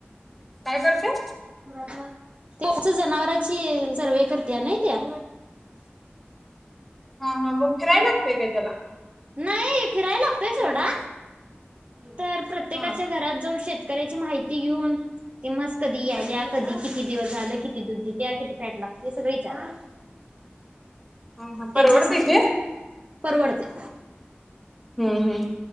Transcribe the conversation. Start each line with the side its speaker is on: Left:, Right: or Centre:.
Centre: <unintelligible> रिकामा ऑडिओ
Right: <unintelligible> जनावरची सर्वे करते ना त्या
Centre: हा हा मग फिराय
Right: ते
Centre: लागतेय काय तेला.
Right: नाही फिरायला लागतय सोडा. तर प्रत्येकाच्या
Centre: हा
Right: घरात जाऊन शेत करायची माहिती घेऊन ती म्हस कधी यायल्या कधी किती दिवस झालं किती दूध देत्या किती फॅट लागतय सगळ इचाराय लागत
Centre: हा हा परवडते
Right: त्यांचा सं
Centre: ते
Right: परवडतय.
Centre: हम्म हम्म